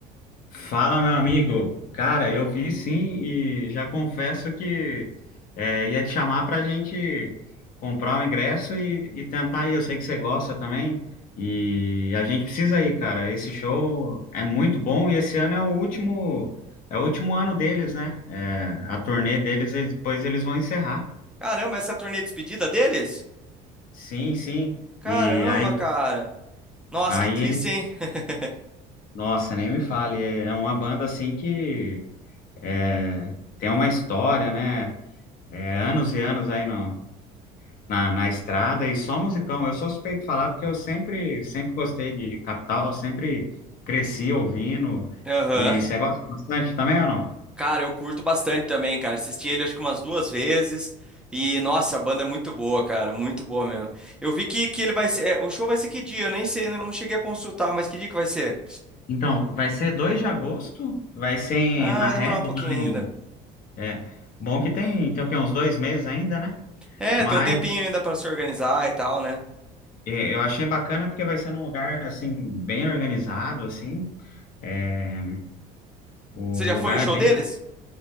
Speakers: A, on the left (about 55°); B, in the centre.
A: Fala, meu amigo. Cara, eu vi sim e já confesso que é, ia te chamar para a gente comprar o ingresso e, e tentar ir. Eu sei que você gosta também e a gente precisa ir, cara. Esse show é muito bom e esse ano é o último, é o último ano deles, né? É, a turnê deles, eles- depois eles vão encerrar.
B: Caramba, essa é a turnê de despedida deles?
A: Sim, sim.
B: Caramba,
A: E aí,
B: cara. Nossa,
A: aí
B: que triste,
A: eles,
B: hein? <laughs>
A: nossa, nem me fale. É, é uma banda assim que é, tem uma história, né? É, anos e anos aí no, na, na estrada e só musicão. Eu sou suspeito de falar porque eu sempre, sempre gostei de Capital, sempre cresci ouvindo.
B: Aham.
A: E você gosta bastante também ou não?
B: Cara, eu curto bastante também, cara. Assisti ele acho que umas duas vezes. E, nossa, a banda é muito boa, cara. Muito boa mesmo. Eu vi que, que ele vai ser. é, o show vai ser que dia? Eu nem sei, eu não cheguei a consultar, mas que dia que vai ser?
A: Então, vai ser 2 de agosto, vai ser em-
B: Ah,
A: na
B: vai
A: Red,
B: demorar um pouquinho
A: lá
B: ainda.
A: em- é, bom que tem, tem o quê, uns dois meses ainda, né?
B: É,
A: Mas
B: tem um tempinho ainda pra se organizar e tal, né?
A: é, eu achei bacana porque vai ser num lugar, assim, bem organizado, assim, é, o
B: Você já
A: lugar
B: foi no show
A: é bem
B: deles?